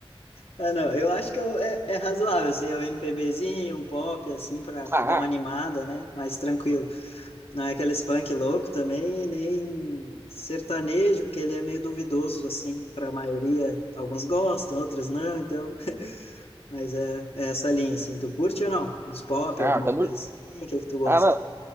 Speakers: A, on the left (about 80°); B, on the right (about 25°).
A: Ah, não, eu acho que eu- é, é razoável, assim, é um MPBzinho, um pop, assim, para
B: Ah,
A: dar uma animada, né? Mais tranquilo. Não é aqueles funk louco também, nem sertanejo, porque ele é meio duvidoso, assim, para a maioria. Alguns gostam, outros não, então. <laughs> Mas é, é essa linha, assim. Tu curte ou não? Uns pop,
B: ah,
A: alguma
B: tamo,
A: coisa assim? O que é que tu gosta?
B: ah, não,